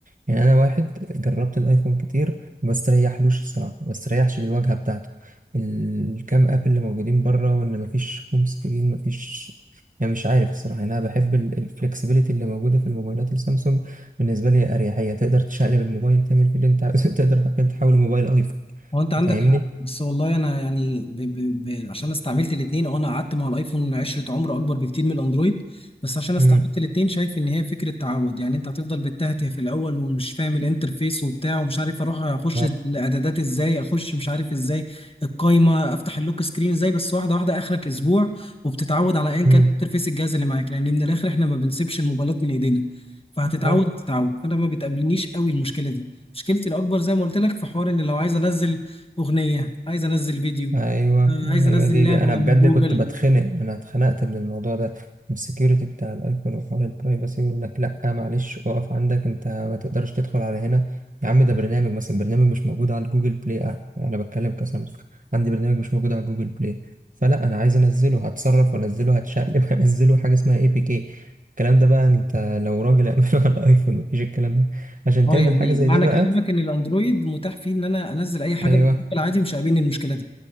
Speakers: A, on the right; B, on the left.
A: يعني انا واحد جربت الايفون كتير ما استريحلوش الصراحه ما استريحش للواجهه بتاعته الكام اب اللي موجودين بره وان ما فيش هوم سكرين ما فيش يعني مش عارف الصراحه يعني انا بحب الفلكسبيليتي اللي موجوده في الموبايلات السامسونج بالنسبه لي اريحيه تقدر تشقلب الموبايل تعمل فيه اللي انت عاوزه <laughs> تقدر حتى تحول الموبايل ايفون
B: هو انت عندك
A: فاهمني
B: حق بس والله انا يعني ب... ب... ب... عشان استعملت الاثنين اه انا قعدت مع الايفون عشرة عمر اكبر بكتير من الاندرويد بس عشان استعملت
A: امم
B: الاثنين شايف ان هي فكره تعود يعني انت هتفضل بتتهته في الاول ومش فاهم الانترفيس وبتاع ومش عارف اروح اخش
A: طب
B: الاعدادات ازاي اخش مش عارف ازاي القايمه افتح اللوك سكرين ازاي بس واحده واحده اخرك اسبوع وبتتعود على ايا كان
A: امم
B: انترفيس الجهاز اللي معاك لان من الاخر احنا ما بنسيبش الموبايلات من ايدينا فهتتعود
A: اه
B: تتعود انا ما بتقابلنيش قوي المشكله دي مشكلتي الاكبر زي ما قلت لك في حوار ان لو عايز انزل اغنيه عايز انزل فيديو
A: ايوه
B: آه، عايز انزل
A: ايوه دي
B: لعبه
A: دي انا
B: من
A: بجد
B: جوجل
A: كنت بتخنق انا اتخنقت من الموضوع ده من السكيورتي بتاع الايفون وحوار البرايفسي وانك لا معلش اقف عندك انت ما تقدرش تدخل على هنا يا عم ده برنامج مثلا برنامج مش موجود على جوجل بلاي آه، انا بتكلم كسامسونج عندي برنامج مش موجود على جوجل بلاي فلا انا عايز انزله هتصرف وانزله هتشقلب <laughs> هنزله حاجه اسمها اي بي كي الكلام ده بقى انت لو راجل <laughs> اعمله على الايفون مفيش الكلام ده عشان
B: اه
A: تعمل
B: يعني
A: حاجه زي
B: معنى
A: دي بقى
B: كلامك ان الاندرويد متاح فيه ان انا انزل اي حاجه
A: ايوه
B: من جوجل عادي مش قابلني المشكله دي